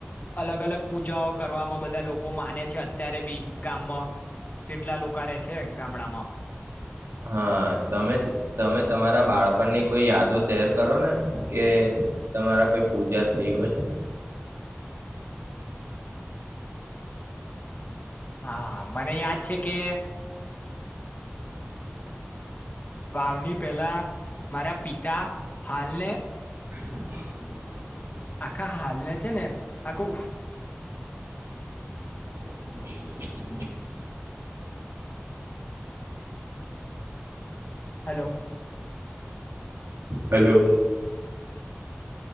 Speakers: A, on the left; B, on the right.
A: અલગ અલગ પૂજાઓ કરવામાં બધા લોકો માને છે અત્યારે બી ગામમાં, કેટલા લોકો રે છે ગામડામાં.
B: હા તમે તમે તમારા બાળપણની કોઈ યાદો શેર કરો ને, કે તમારા કોઈ પૂજા થઈ હોય.
A: હા મને યાદ છે કે વાવની પેલા, મારા પિતા હાલને
B: <inaudible>
A: આખા હાલ છે ને આખૂ
B: <inaudible>
A: <inaudible> હલો.
B: હલો.